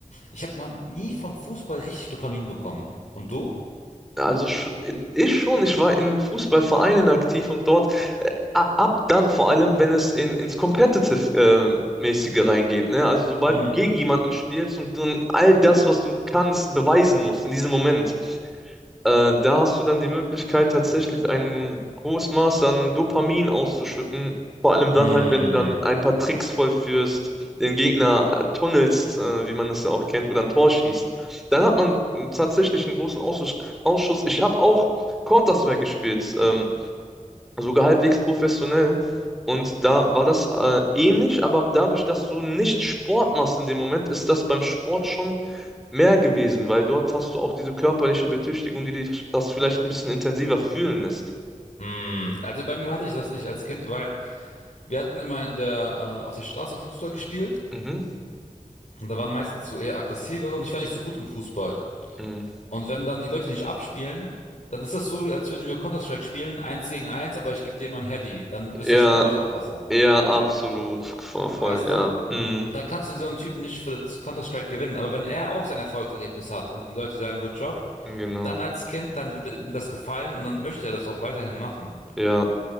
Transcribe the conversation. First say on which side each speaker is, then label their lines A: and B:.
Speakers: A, on the left (about 60°); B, in the centre.
A: Ich habe noch nie von Fußball richtig Dopamin bekommen. Und du?
B: Also sch ich schon, ich war in Fußballvereinen aktiv und dort äh, a- ab dann vor allem, wenn es in, ins Competitive-mäßige reingeht, ne? Also sobald
A: Hm.
B: du gegen jemanden spielst und, und all das, was du kannst, beweisen musst in diesem Moment. Äh, da hast du dann die Möglichkeit, tatsächlich ein hohes Maß an Dopamin auszuschütten. Vor allem dann
A: Hm.
B: halt, wenn du dann ein paar Tricks vollführst, den Gegner äh, tunnelst, äh, wie man es ja auch kennt, oder ein Tor schießt. Dann hat man äh, tatsächlich einen großen Ausschuss. Ausschuss. Ich habe auch Counter-Strike gespielt. Ähm, sogar halbwegs professionell. Und da war das äh, ähnlich, aber dadurch, dass du nicht Sport machst in dem Moment, ist das beim Sport schon mehr gewesen, weil dort hast du auch diese körperliche Betüchtigung, die dich das vielleicht ein bisschen intensiver fühlen lässt.
A: Hm. Also bei mir hatte ich das nicht als Kind, weil wir hatten immer in der, äh, auf der Straße Fußball gespielt.
B: Mhm.
A: Und da waren meistens so eher aggressivere und ich war nicht so gut im Fußball.
B: Mhm.
A: Und wenn dann die Leute nicht abspielen, dann ist das so, als würden wir Counter-Strike spielen, eins gegen eins, aber ich gebe dir immer ein Heady. Dann wirst
B: Ja,
A: du das Spiel auch nicht anfassen.
B: ja, absolut. Voll, voll,
A: Weißt
B: ja.
A: du?
B: Mhm.
A: Dann kannst du so einen Typen nicht für das Counter-Strike gewinnen. Aber wenn er auch sein Erfolgserlebnis hat und die Leute sagen, good job,
B: Genau.
A: dann als Kind, dann wird ihm das gefallen und dann möchte er das auch weiterhin machen.
B: Ja,